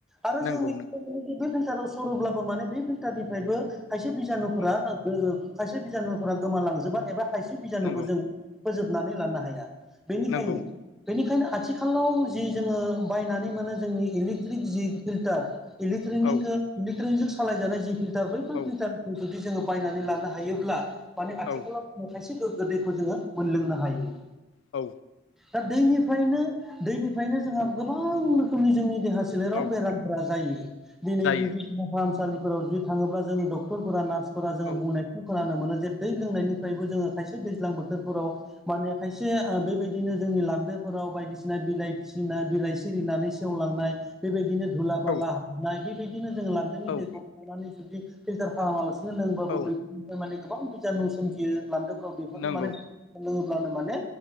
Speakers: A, in the centre; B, on the left.
A: आरो
B: नंगौ
A: जों मिथिनो‌
B: नंगौ
A: मोनो बे फिल्टाराव सरोब्लाबो माने बे फिल्टारनिफ्रायबो खायसे बिजानुफोरा
B: औ
A: <unintelligible> खायसे बिजानुफोरा गोमालांजोबा एबा खायसे बिजानुखौ
B: नंगौ
A: जों फोजोबनानै लानो हाया बेनिखायनो
B: नंगौ
A: बेनिखायनो आथिखालाव जि जोङो बायनानै मोनो जोंनि इ इलिट्रिक जि फिल्टार इलेट्रनिकजों
B: औ
A: सालायजानाय जि फिल्टार बैफोर
B: औ
A: फिल्टार खौ जुदि जोङो बायनानै लानो हायोब्ला माने आथिखालाव
B: औ
A: खायसे गोग्गो दैखौ जोङो मोनलोंनो हायो।
B: औ
A: दा दैफ्रायनो दैनिफ्रायनो जोंहा गोबां रोखोमनि जोंनि देहा सो सोलेराव
B: औ
A: बेरामफोरा जायो <unintelligible> देहा
B: जायो
A: फाहामसालिफोराव जि थाङोब्ला जोङो डक्टरफोरा नार्सफोरा जोङो
B: औ
A: बुंनाय खोनानो मोनो जे दै लोंनायनिफ्रायबो जोङो खायसे दैज्लां बोथोरफोराव माने खायसे ओ बेबायदिनो जोंनि लान्दोफोराव बायदिसिना बिलाइ फिसिनाय बिलाइ सिरिनानै सेवलांनाय बेबायदिनो धुला
B: औ
A: बाला हाबनाय बेबायदिनो जोङो लान्दोनि
B: औ
A: दैखौ खनानै जुदि फिल्टार खालामालासे बिदिनो लोंबाबो
B: औ
A: बैफोरनिफ्राय माने गोबां बिजाननु सोमजियो लान्दोफोराव बेफोरनो
B: नंगौ
A: माने लोङोब्लानो माने